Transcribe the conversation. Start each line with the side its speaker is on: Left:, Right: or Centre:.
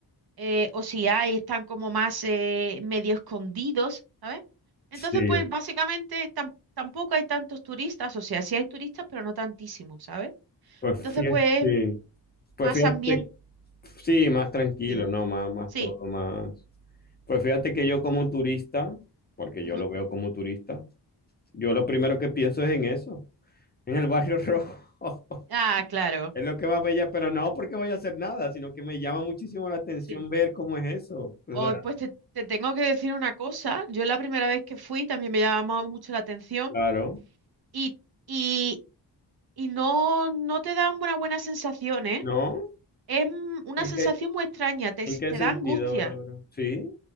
Right: eh, o si hay, están como más eh, medio escondidos, ¿sabes? Entonces,
Left: Sí.
Right: pues básicamente tam- tampoco hay tantos turistas, o sea, sí hay turistas, pero no tantísimos, ¿sabes?
Left: Pues
Right: Entonces,
Left: fíjate,
Right: pues
Left: sí. Pues
Right: más
Left: fíjate,
Right: ambiente,
Left: sí, más tranquilo,
Right: dime.
Left: no, más, más
Right: Sí.
Left: todo, más. Pues fíjate que yo como turista, porque
Right: ujú.
Left: yo lo veo como turista, yo lo primero que pienso es en eso, en el Barrio Rojo. <laughs>
Right: Ah, claro.
Left: Es lo que más me llama, pero no porque voy a hacer nada, sino que me llama muchísimo la atención
Right: Sí.
Left: ver cómo es eso. O
Right: Hoy,
Left: sea,
Right: pues te, te tengo que decir una cosa, yo la primera vez que fui también me llamaba mucho la atención
Left: claro,
Right: y, y, y no, no te dan una buena sensación, ¿eh?
Left: ¿no?
Right: Es mm, una
Left: ¿En
Right: sensación
Left: qué,
Right: muy extraña, te, s-
Left: en qué
Right: te
Left: sentido,
Right: da angustia.
Left: Laura? ¿Sí?